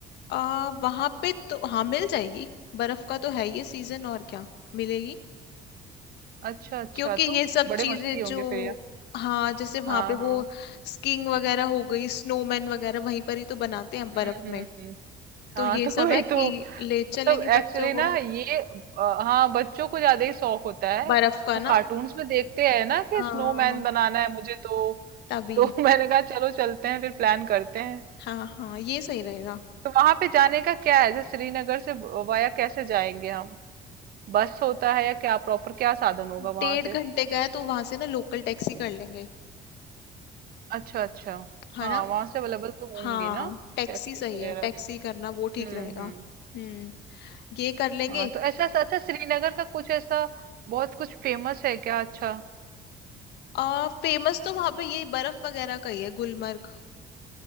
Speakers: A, on the left; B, on the right.
A: आ, वहां पे तो हाँ मिल जाएगी बर्फ का तो है ये सीजन और क्या मिलेगी
B: अच्छा, अच्छा,
A: क्योंकि
B: तो
A: ये सब
B: बड़े
A: चीजें
B: मस्ती होंगे
A: जो
B: फिर यार।
A: हाँ जैसे वहां
B: हाँ,
A: पे
B: हाँ।
A: वो स्कीइंग वगैरह हो गई स्नोमैन वगैरह वहीं पर ही तो बनाते हैं बर्फ
B: हुँ, हुँ,
A: में
B: हुँ। हाँ,
A: तो ये
B: तो
A: सब
B: वही
A: है कि
B: तो।
A: ले चलेंगे
B: मतलब एक्चुअली
A: बच्चों को
B: ना ये अ, हाँ, बच्चों को ज़्यादा ही शौक होता है।
A: बर्फ का
B: वो
A: ना
B: कार्टून्स में देखते हैं ना कि
A: हाँ
B: स्नोमैन बनाना है मुझे तो।
A: तभी
B: तो <laughs> मैंने कहा चलो चलते हैं फिर प्लान करते हैं।
A: हाँ हाँ ये सही रहेगा
B: तो वहां पे जाने का क्या है जैसे श्रीनगर से वाया कैसे जाएंगे हम बस होता है या क्या प्रॉपर क्या साधन होगा
A: डेढ़
B: वहां से
A: घंटे का है तो वहां से ना लोकल टैक्सी कर लेंगे
B: अच्छा अच्छा
A: है
B: हाँ
A: ना
B: वहां से अवेलेबल तो होंगी
A: हाँ
B: ना
A: टैक्सी
B: टैक्सीज
A: सही
B: वगैरह
A: है टैक्सी करना वो ठीक
B: हम्म
A: रहेगा
B: हम्म
A: हम्म ये कर लेंगे
B: हाँ तो ऐसा अच्छा श्रीनगर का कुछ ऐसा बहुत कुछ फेमस है क्या अच्छा
A: आ फेमस तो वहां पे ये बर्फ वगैरह का ही है गुलमर्ग